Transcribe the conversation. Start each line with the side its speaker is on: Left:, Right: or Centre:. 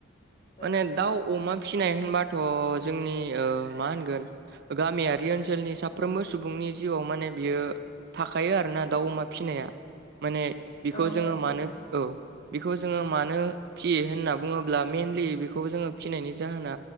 Left: औ
Right: माने
Left: नोंथां
Right: दाउ अमा फिनाय होनबाथ' जोंनि ओ मा होनगोन गामियारि ओनसोलनि साफ्रोमबो सुबुंनि जिउआव माने बियो थाखायो आरो ना दाउ अमा फिसिनाया माने बिखौ
Left: औ
Right: जोंङो
Left: नोंथां
Right: मानो औ बेखौ जोंङो मानो फिसियो होनना बुंङोब्ला मेनलि बेखौ जोंङो फिसिनायनि जाहोना